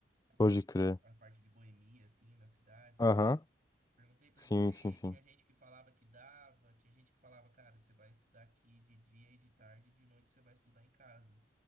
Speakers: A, on the right; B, on the left.
A: a parte,
B: Pode crer.
A: a parte de boemia, assim, na cidade
B: Aham.
A: e tal. Perguntei, perguntei,
B: Sim, sim, sim.
A: tinha gente que falava que dava, tinha gente que falava, cara, você vai estudar aqui de dia e de tarde, e de noite você vai estudar em casa.